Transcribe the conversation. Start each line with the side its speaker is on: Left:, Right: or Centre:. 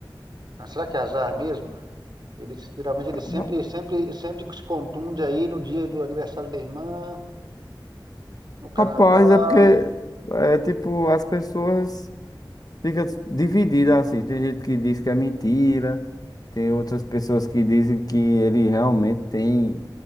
Right: Ah, será que é azar mesmo? Ele, geralmente ele
Left: Ra-
Right: sempre, sempre, sempre se contunde aí no dia do aniversário da irmã, no carnaval.
Left: Rapaz, é porque, é, tipo, as pessoas ficam divididas, assim. Tem gente que diz que é mentira. Tem outras pessoas que dizem que ele realmente tem